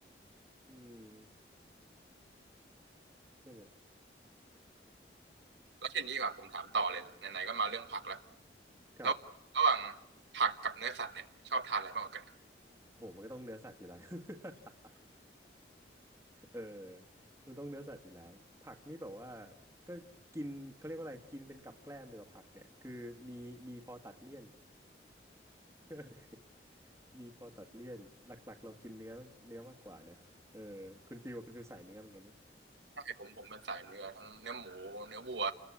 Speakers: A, on the right; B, on the right.
A: อืมใช่ไหม
B: แล้วทีนี้ดีกว่าผมถามต่อเลยละไหนๆก็มาเรื่องผักแล้ว
A: ครับ
B: แล้วระหว่างผักกับเนื้อสัตว์เนี่ยชอบทานอะไรมากกว่ากัน
A: โหมันก็ต้องเนื้อสัตว์อยู่แล้ว <laughs> เออมันต้องเนื้อสัตว์อยู่แล้ว ผักนี่แบบว่าก็กินเขาเรียกว่าอะไรกินเป็นกับแกล้มดีกว่าผักเนี่ยคือมีมีพอตัดเลี่ยน <laughs> มีพอตัดเลี่ยนหลักๆเรากินเนื้อเนื้อมากกว่าเนอะเออคุณฟิวอะคุณฟิวสายเนื้อเหมือนกันปะ
B: ใช่ผมผมเป็นสายเนื้อทั้งเนื้อหมูเนื้อวัว